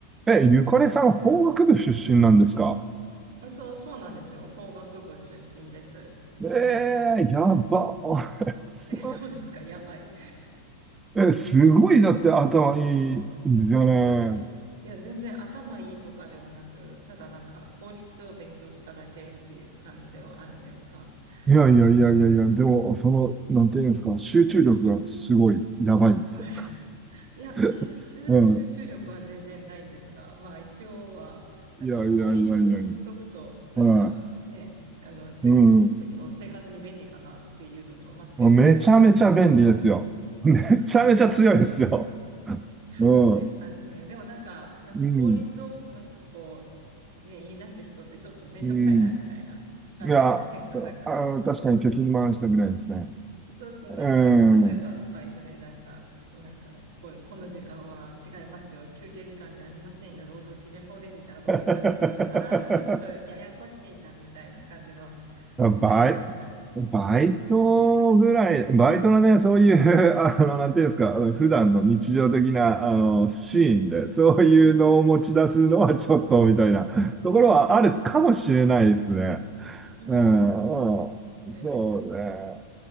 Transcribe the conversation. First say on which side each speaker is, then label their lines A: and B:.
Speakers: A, on the right; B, on the right.
A: え、ゆかりさん、法学部出身なんですか
B: そう、そうなんですよ。法学部出身です。
A: え
B: うん。
A: えー、やば。<laughs> す
B: え、そうですか。<laughs> やばい。
A: え、すごい、だって頭いいんですよね。
B: いや、いや、全然頭いいとかではなく、ただなんか法律を勉強しただけっていう感じではあるんですが、
A: いやいやいやいやいや、
B: そう。
A: でも、その、なんていうんですか、集中力がすごい、やばいですよ。
B: <laughs> いや、集ゅしゅ集中力は全然ないんですが、
A: <laughs> うん。
B: まあ一応は、なんか法律を知っとくと、
A: いやいやいやいやいや。
B: なんかね、
A: は
B: あの、せ、
A: い。うん。
B: えっと、生活に便利かなっていうのと、まあ強くなれるかな、
A: めちゃめちゃ便利ですよ。
B: みた
A: <laughs> めちゃめちゃ強いですよ。
B: いな。いや、
A: うん。
B: どうですかね。でもなんか、やっぱ法律をなんかこ
A: うん。
B: う、ね、言い出す人ってちょっとめんどくさいなみたいな感じありませんかなんか、
A: うん。いや、あ、確かに貯金回したくないですね。
B: そうそう、
A: う
B: なんかあの、例えばバイトでなんか、
A: ん。
B: なんかこれ、この時間は違いますよ。休憩時間じゃありませんよ。労働基準法でみたいなことを言い出すとなんか、
A: <laughs> あ
B: ああ、この人ややこしいなみたいな感じの扱いにはなっちゃいますけどね。
A: バイ、バイトぐらい、バイトのね、そういう、<laughs> あの、なんていうんですか、あの普段の日常的な、あの、シーンで、そういうのを持ち出すのはちょっと、
B: うん。
A: みたいなところはあるかもしれないですね。
B: そうですよね。うん、
A: うん、
B: そうですね。
A: うん、そうね。